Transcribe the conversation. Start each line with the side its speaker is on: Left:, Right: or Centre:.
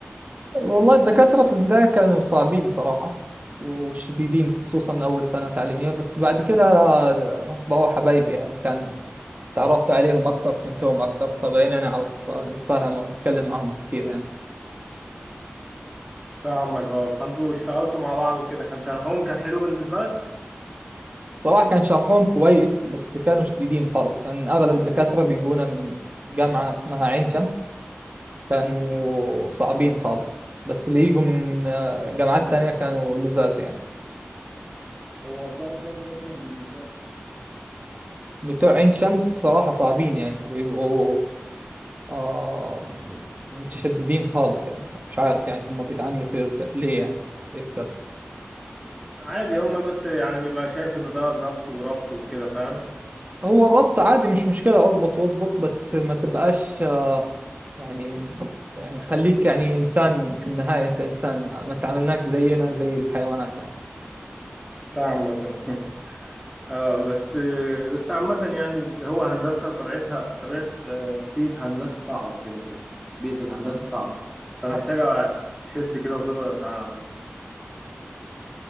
Right: والله الدكاترة في البداية كانوا صعبين صراحة وشديدين خصوصا أول سنة تعليمية بس بعد كده بقوا حبايبي يعني كان تعرفت عليهم أكتر فهمتهم أكتر فبقينا نعرف نتفاهم ونتكلم معهم كتير يعني
Centre: فاهمك اه فانتوا اشتغلتوا مع بعض وكده كان شرحهم كان حلو بالنسبة لك
Right: صراحة كان شرحهم كويس بس كانوا شديدين خالص كان أغلب الدكاترة بيجونا من جامعة اسمها عين شمس كانوا صعبين خالص بس اللي يجوا من آه، جامعات تانية كانوا لزاز يعني
Centre: هو بتوع عين شمس اصلا بيبقوا زيادة كده كده.
Right: بتوع عين شمس صراحة صعبين يعني بيبقوا آه متشددين خالص يعني مش عارف يعني هم بيتعاملوا كده ازاي ليه يعني ايه السبب
Centre: عادي هما بس يعني بيبقى شايف ان ده ظبط وربط وكده فاهم
Right: هو الربط عادي مش مشكلة اربط واظبط بس ما تبقاش آه يعني يعني خليك يعني انسان في النهاية انت انسان آه، ما تعاملناش زينا زي الحيوانات يعني
Centre: فاهمك اه <laughs> اه بس بس عامة يعني هو هندسة طبيعتها طبيعة آه، بيئة هندسة صعبة كده كده يعني بيئة الهندسة صعبة فمحتاجة
Right: آه
Centre: تشد كده وتضغط على نفسك